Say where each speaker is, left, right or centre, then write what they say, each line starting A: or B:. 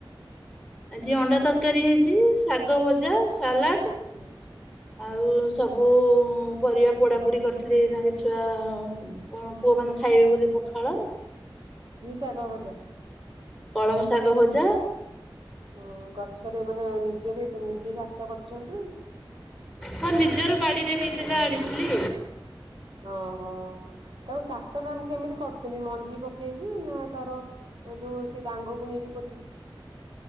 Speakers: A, in the centre; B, on the right.
A: ଆଜି ଅଣ୍ଡା ତରକାରୀ ହେଇଛି ଶାଗ ଭଜା ସାଲାଟ।
B: ହୁଁ।
A: ଆଉ ସବୁ ପରିବା ପୋଡାପୋଡ଼ି କରିଥିଲି ତାଙ୍କେ ଛୁଆ ପୁଅ ପୁଅ ମାନେ ଖାଇବେ ବୋଲି ପଖାଳ।
B: କି ଶାଗ ଭଜା।
A: କଳମ ଶାଗ ଭଜା।
B: ଓ ଗଛରେ ମାନେ ନିଜରେ ନିଜେ ଚାଷ କରଛନ୍ତି?
A: ହଁ ନିଜର ବାଡିରେ ହେଇଥିଲା ଆଣିଥିଲି।
B: ଓ ହଁ। ତାକୁ ଚାଷ ମ୍ୟାମ କେମିତି କରୁଛନ୍ତି ମଞ୍ଜି ପକେଇକି ନା ତାର ଯୋଉ ସେ ଡାଙ୍ଗକୁ ନେଇକି ପୋତିକି।